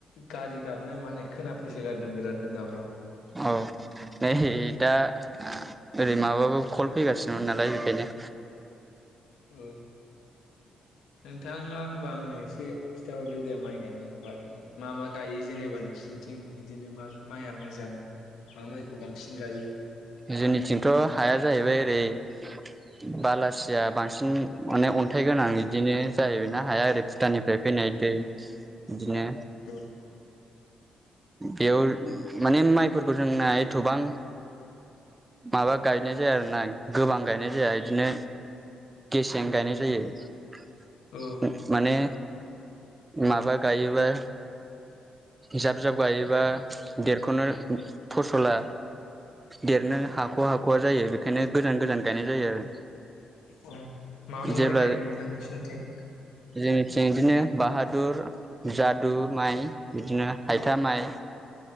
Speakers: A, on the left; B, on the right.
A: गारि गाबनाय माने खोनाफैसो गारदों बिरादनो दावराव
B: औ नै दा ओरै माबाबो कल फैगासिनोमोन नालाय बेखायनो
A: औ नोंथाङा होमबा आंनो एसे खिन्थाहरदो दे माइ गायनायनि बागैनो मा मा गायो जेनेबा नोंसिोरनिथिं बिदिनो मा माइआ मोजां मा माइखौ बांसिन गायो
B: जोंनिथिंथ' हाया जाहैबाय ओरै बालासिया बांसिन माने अन- थाइ गोनां बिदिनो जाहैबाय ना हाया ओरै भुटाननिफ्राय फैनाय दै बिदिनो
A: औ
B: बेयाव माने माइफोरखौ जोंना एथ'बां माबा गायनाय जाया आरोना गोबां गायनाय जाया बिदिनो गेसें गायनाय जायो
A: औ
B: माने माबा गायोबो जाब जाब गायोबा देरख'नो फसला देरनो हाख'वा हाख'वा जायो बेखायनो गोजान गोजान गायनाय जायो आरो
A: मा मा
B: जेब्ला
A: माइ गायो नोंथां नोंसोरनिथिं
B: जोंनिथिं बिदिनो बाहाद दुर जादु माइ बिदिनो हायथा माइ